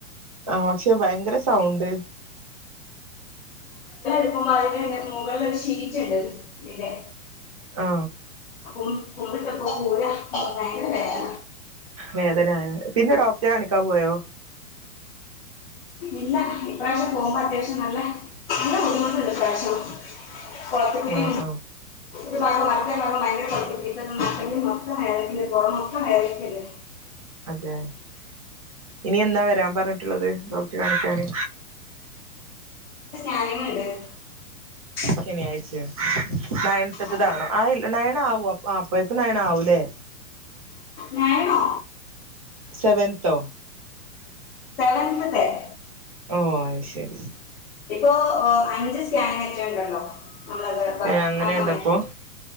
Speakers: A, on the right; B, on the left.
A: ആഹ് ക്ഷെ ഭയങ്കര സൗണ്ട്
B: ഇപ്പം അതിന്റെ ന്റെ മുകള്ലൊരു ഷീറ്റ്ണ്ട് ഇതിന്റെ
A: ആ
B: കു കുമ്പിട്ടപ്പോ കൂരാ ഭയങ്കര വേദന
A: വേദന പിന്നെ ഡോക്ടറെ കാണിക്കാൻ പോയോ
B: ഇല്ല ഇപ്രാവശ്യം പോവുമ്പോ അത്യാവശ്യം നല്ല നല്ല ബുദ്ധിമുട്ട്ണ്ട് അത്യാവശ്യം കൊളത്തി പിടി
A: ആ ആ
B: ഇപ്പ വൈറലാ ഭയങ്കര കുഴ ഇപ്പ ന മൊത്തം വേദനിക്കാ പുറം മൊത്തം വേദന
A: അതെ ഇനി എന്നാ വരാൻ പറഞ്ഞിട്ടുള്ളത് ഡോക്ടറേ കാണിക്കാണ്
B: ാനങ്ങ ഇണ്ട് <unintelligible>
A: ശനി ആയിച്ചയോ നയനത്തെട്ടതാണോ
B: അതെ
A: ആയില്ല നയന ആാവു അ അപ്പേക്കും നയന ആാവൂല്ലേ
B: ഞാനണോ
A: സെവന്തോ
B: സെവൻ <unintelligible>
A: ഓ അത് ശരി
B: ഇപ്പൊ അഞ്ച് സ്കാനിങ്‌ ഒക്കെ ഉണ്ടല്ലോ നമ്മളത് ഇപ്പ
A: ഏ അങ്ങനെയുണ്ടപ്പോ
B: ആ സമയത്ത്